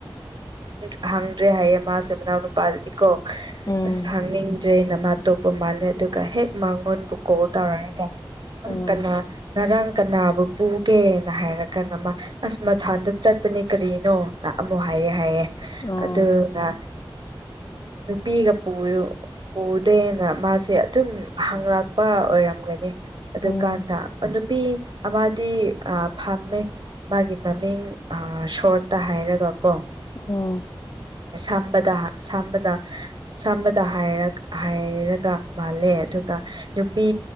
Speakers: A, on the right; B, on the left.
A: ꯍꯪꯗ꯭ꯔꯦ ꯍꯥꯏꯌꯦ ꯃꯥꯁꯦ ꯃꯅꯥꯎ ꯅꯨꯄꯥꯗꯗꯤ ꯀꯣ
B: ꯎꯝ
A: ꯑꯁ ꯍꯪꯅꯤꯡ ꯗ꯭ꯔꯦꯅ ꯃꯥ ꯇꯣꯛꯞꯄ ꯃꯥꯜꯂꯦ ꯑꯗꯨꯒ ꯍꯦꯛ ꯃꯉꯣꯟꯕꯨ ꯀꯣꯜ ꯇꯧꯔꯑꯒ ꯅꯪ
B: ꯎꯝ
A: ꯀꯅꯥ ꯉꯔꯥꯡ ꯀꯅꯥꯕꯨ ꯄꯨꯒꯦꯅ ꯍꯥꯏꯔ ꯀꯥꯟꯗ ꯑꯃ ꯑꯁꯃꯊꯥꯟꯗ ꯆꯠꯄꯅꯦ ꯀꯔꯤꯅꯣꯅ ꯑꯃꯨꯛ ꯍꯥꯏꯑꯦ ꯍꯥꯏꯑꯦ
B: ꯑꯣ
A: ꯑꯗꯨꯒ ꯅꯨꯄꯤꯒ ꯄꯨꯌꯨ ꯎꯗꯦꯅ ꯃꯥꯁꯦ ꯑꯗꯨꯝ ꯍꯪꯂꯛꯄ ꯑꯣꯏꯔꯝꯒꯅꯤ ꯑꯗꯨꯀꯥꯟꯗ
B: ꯎꯝ
A: ꯅꯨꯄꯤ ꯑꯃꯗꯤ ꯑ ꯐꯝꯃꯦ ꯃꯥꯒꯤ ꯃꯃꯤꯡ ꯁꯣꯔꯠꯇ ꯍꯥꯏꯔꯒ ꯀꯣ
B: ꯑꯣ
A: ꯁꯝꯕꯗ ꯁꯝꯕꯗ ꯁꯝꯕꯗ ꯍꯥꯏꯔ ꯍꯥꯏꯔꯒ ꯃꯥꯜꯂꯦ ꯑꯗꯨꯒ ꯅꯨꯄꯤ